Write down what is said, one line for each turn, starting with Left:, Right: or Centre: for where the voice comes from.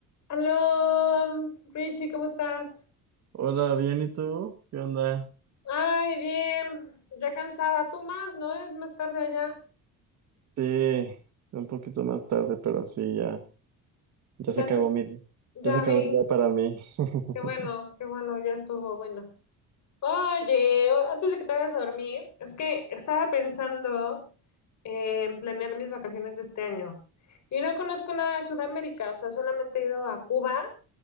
Left: Aló, Richie, ¿cómo estás?
Right: Hola, bien, ¿y tú? ¿Qué onda?
Left: Ay, bien, ya cansada. Tú más, ¿no? Es más tarde allá.
Right: Sí, un poquito más tarde, pero sí, ya, ya
Left: Ya
Right: se acabó
Left: te,
Right: mi día.
Left: ya
Right: Ya se acabó
Left: vi.
Right: el día para mí. <laughs>
Left: Qué bueno, qué bueno, ya estuvo bueno. Oye, o- antes de que te vayas a dormir, es que estaba pensando en planear mis vacaciones de este año. Y no conozco nada de Sudamérica, o sea, solamente he ido a Cuba,